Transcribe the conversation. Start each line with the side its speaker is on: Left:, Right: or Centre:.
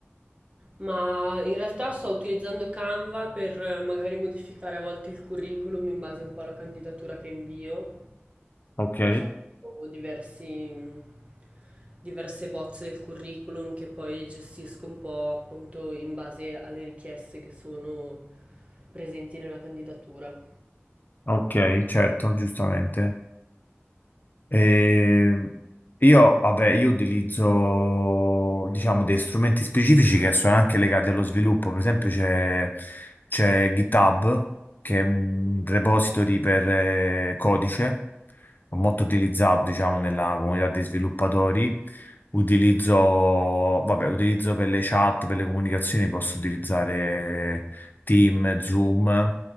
Right: Ma in realtà sto utilizzando Canva per eh, magari modificare a volte il curriculum in base un po' alla candidatura che invio.
Left: Ok,
Right: Ho fatto diversi, diverse bozze del curriculum che poi gestisco un po' appunto in base alle richieste che sono presenti nella candidatura.
Left: ok, certo, giustamente. Eh, io, vabbè, io utilizzo, diciamo, dei strumenti specifici che sono anche legati allo sviluppo. Per esempio, c'è c'è GitHub, che è un repository per eh, codice, molto utilizzato, diciamo, nella comunità dei sviluppatori. Utilizzo, vabbè, utilizzo per le chat, per le comunicazioni, posso utilizzare Team, Zoom.